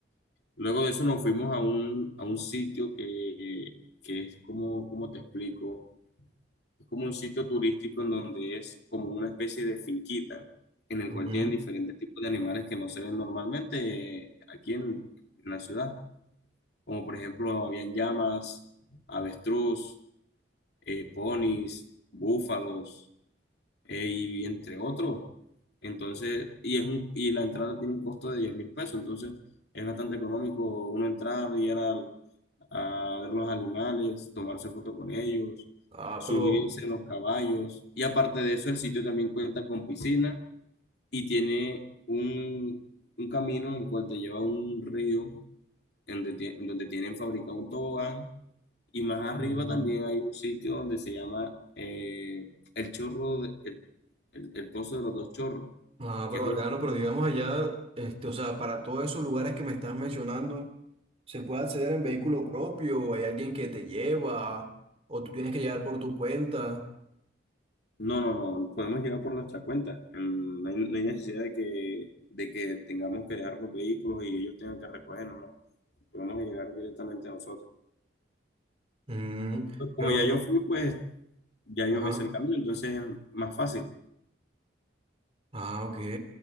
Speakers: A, on the left (about 60°); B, on the right (about 30°).
A: luego de eso nos fuimos a un, a un sitio que, que es como, ¿cómo te explico? Es como un sitio turístico en donde es como una especie de finquita en el cual
B: Ujú.
A: tienen diferentes tipos de animales que no se ven normalmente eh, aquí en, en la ciudad. Como por ejemplo, habían llamas, avestruz, eh, ponis, búfalos eh, y entre otros. Entonces, y, es un, y la entrada tiene un costo de diez mil pesos, entonces es bastante económico uno entrar, y ir al- a ver los animales, tomarse foto con ellos,
B: Ah,
A: subirse
B: pero
A: en los caballos. Y aparte de eso, el sitio también cuenta con piscina y tiene un, un camino en el cual te lleva a un río en donde, tie- en donde tienen fabricado un tobogán y más arriba
B: Mm.
A: también hay un sitio donde se llama eh, el chorro, de- el, el- el pozo de los dos chorros,
B: Ah,
A: que
B: pero
A: es
B: bacano,
A: un-
B: pero digamos allá, este, o sea, para todos esos lugares que me estás mencionando, ¿se puede acceder en vehículo propio o hay alguien que te lleva o tú tienes que llegar por tu cuenta?
A: No, no, no, podemos llegar por nuestra cuenta. Mm, No hay, no hay necesidad de que, de que tengamos que dejar los vehículos y ellos tengan que recogernos, no. Podemos llegar directamente nosotros.
B: Mm,
A: Pues como
B: pero,
A: ya yo fui, pues ya yo
B: ajá.
A: me sé el camino, entonces es más fácil.
B: Ah, ok.